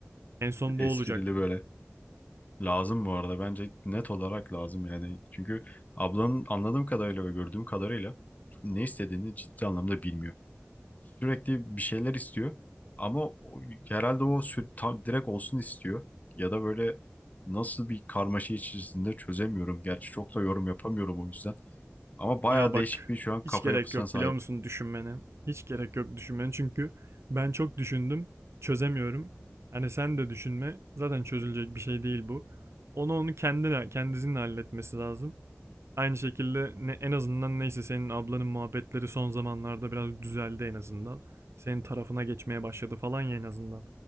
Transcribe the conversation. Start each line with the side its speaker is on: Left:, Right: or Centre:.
Right: En son
Left: Esprili
Right: bu olacak.
Left: böyle. Lazım bu arada. Bence net olarak lazım yani. Çünkü ablanın anladığım kadarıyla ve gördüğüm kadarıyla ne istediğini ciddi anlamda bilmiyor. Sürekli bir şeyler istiyor. Ama o- herhalde o sü- tam direkt olsun istiyor. Ya da böyle nasıl bir karmaşa içerisinde çözemiyorum. Gerçi çok da yorum yapamıyorum o yüzden. Ama bayağı
Right: Ya bak
Left: değişik bir şu an
Right: hiç
Left: kafa
Right: gerek
Left: yapısına
Right: yok
Left: sahip.
Right: biliyor musun düşünmene. Hiç gerek yok düşünmene çünkü ben çok düşündüm çözemiyorum. Hani sen de düşünme zaten çözülecek bir şey değil bu. Onu onu kendine kendisinin halletmesi lazım. Aynı şekilde ne, en azından neyse senin ablanın muhabbetleri son zamanlarda biraz düzeldi en azından. Senin tarafına geçmeye başladı falan ya en azından.